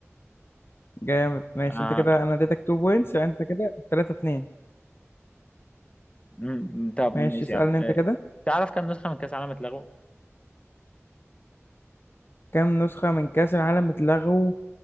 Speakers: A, on the left; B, on the left.
A: جامد ماشي
B: آه
A: انت كده انا اديتك 2 بوينتس يعني انت كده 3 2
B: أمم، طب
A: ماشي
B: ماشي
A: اسالني
B: يا عم آه،
A: انت كده
B: تعرف كام نسخة من كأس العالم اتلغوا؟
A: كام نسخة من كأس العالم اتلغوا